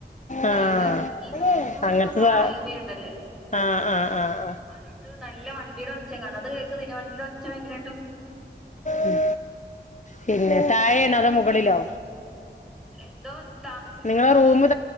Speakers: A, on the left; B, in the centre.
A: ആഹ്
B: ഹൈവേ ഈ ബാംഗ്ലൂരൊക്കെ
A: അങ്ങനത്തെ
B: പോണ
A: സാ
B: ഹൈവേ ഉണ്ടല്ലേ
A: ആഹ് ആഹ് ആഹ് ആഹ്
B: അ തുകൊണ്ട് നല്ല വണ്ടീടെ ഒച്ച കാണാ അത് കേക്ക്ന്നില്ലെ വണ്ടിടെ ഒച്ച ഭയ്ങ്കരായ്ട്ടും
A: ഉം പിന്നെ തായേണോ അതൊ മുകളിലോ
B: എന്തോ താമസിക്ക്ന്നതാേ
A: നിങ്ങളെ റൂമ്
B: മെ